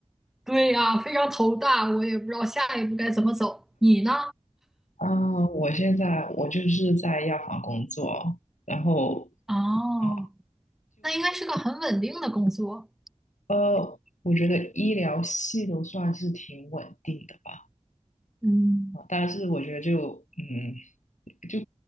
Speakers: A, in the centre; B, on the left.
A: 对呀，非常头大，我也不知道下一步该怎么走。你呢？
B: 啊，我现在我就是在药房工作，然后
A: 哦，
B: 啊，
A: 那应该是个很稳定的工作。
B: 呃，我觉得医疗系都算是挺稳定的吧。
A: 嗯，
B: 啊，但是我觉得就嗯，就